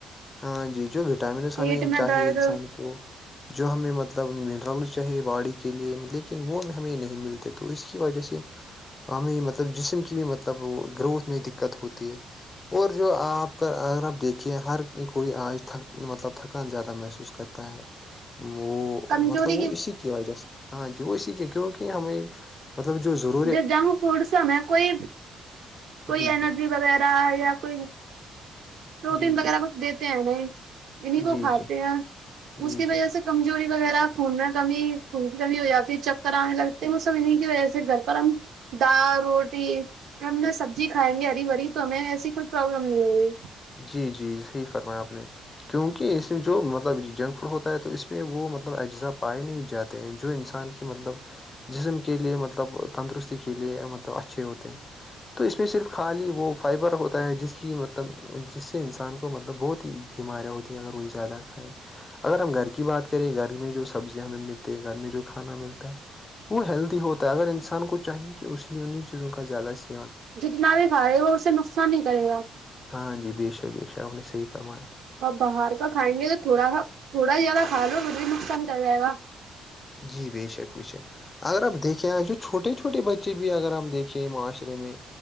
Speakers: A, on the left (about 30°); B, on the right (about 70°).
A: ہاں جی جو وٹامنس
B: پیٹ
A: ہمیں
B: میں
A: چاہیے
B: درد
A: انسان کو جو ہمیں مطلب ڈرل چاہے باڑی کے لیے لیکن وہ بھی ہمیں نہیں ملتے تو اس کی وجہ سے ہمیں مطلب جسم کی بھی مطلب گروتھ میں دقت ہوتی ہے اور جو آپ کا اگر آپ دیکھیے ہر کوئی آنج تھک مطلب تھکان زیادہ محسوس کرتا ہے وہ
B: کمزور
A: مطلب اسی کی وجہ سے ہاں جی وہ اسی کی کیونکہ ہمیں مطلب جو ضرور
B: ج جنک فوڈ سیں کوئی کوئی
A: جی
B: ارجی
A: جی
B: وغیرہ یا کوئی پروٹین
A: جی جی
B: وغیرہ کچھ دیتے ہیں نہیں انیں کو
A: جی
B: کھاتے
A: جی
B: ہیں
A: جی
B: اس کی وجہ
A: جی
B: سے کمزوری وغیرہ خون میں کمی خون کی کمی ہو یا پھر چکر آنے لگتے ہیں وہ سمجھنے کی وجہ سے گ پرم دال روٹی ہم جو سبزی کھائیں گے ہری بھری تو ہمیں ایسی کچھ پروابلم نہیں ہوگی
A: جی جی صحیح فرمایا آپ نے کیونکہ اس میں جو مطلب جنک فوڈ ہوتا ہے تو اس میں وہ مطلب اجزا پائے نہیں جاتے ہیں جو انسان کی مطلب جسم کے کے لیے مطلب تندرستی کے لیے مطلب اچھے ہوتے ہیں تو اس میں صرف خالی وہ فائبر ہوتا ہے جس کی مطلب جس سے انسان کو مطلب بہت ہی بیماریاں ہوتی ہیں اگر وہ زیادہ کھائیں اگر ہم گھر کی بات کریں گھر میں جو سبزیاں ہمیں ملتی ہے گھر میں جو کھانا ملتا ہے وہ ہیلدی ہوتا ہے اگر انسان کو چاہیے کہ اسی انہیں چیزوں کا زیادہ سیکھ
B: جتناارے کھا رہے ہوا اس سے نقصان ہی کرے گا
A: ہاں جی بے شک بےش شک ہمن نے س صحیح فرمان
B: ا آپ باہر کا کائیں گے تو تھوڑا سا تھوڑا زیادہ کھا لو پھر بھی نقصان کر جائے گا
A: جی بے شک وشے اگر آپ دیکھیں آ جو چھوٹے چھوٹے بچے بھی اگر ہم دیکھیں معاشرے میں